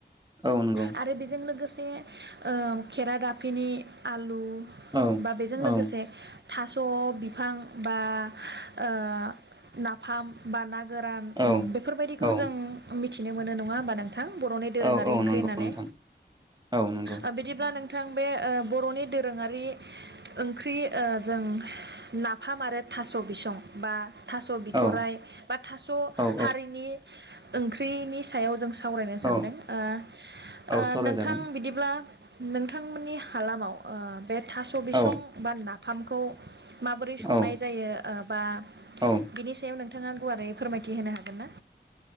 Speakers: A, on the right (about 20°); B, on the right (about 70°).
A: औ नंगौ
B: आरो बेजों लोगोसे से ओ खेराइ दाफिनि आलु
A: औ
B: बा बेजों लोगोसे
A: औ
B: थास बिफां बा ओ नाफाम बानाग गोरान उम
A: औ
B: बेफोरबायदिखौ
A: औ
B: जों मिथ मिथिनो मोनो नङा होमबा नों नोंथां बरनि दोरोङारि
A: औ औ
B: ओंख्रि
A: नंगौ
B: होननानै
A: नोंथां औ नंगौ
B: ओ बिदिब्ला नों बिथां बे ओ बरनि दोरोङारि ओंख्रि ओ जों नाफाम आरो थास बिसं बा थास बिथराय
A: औ
B: बा थास
A: औ
B: हारिनि ओंख्रिनि सायाव जों सा सावरायनो सानदों
A: औ
B: ओ ओ
A: औ सावरायजागोन
B: नोंथां बिदिब्ला नोंथांमोननि हालामाव ओ बे थास' बिसं
A: औ
B: बानना फामखौ माबोरै
A: औ
B: संनाय जायो ओ बा
A: औ
B: बिनि सायाव नोंथाङा गुवारै फोरमायथि होनो हागोन ना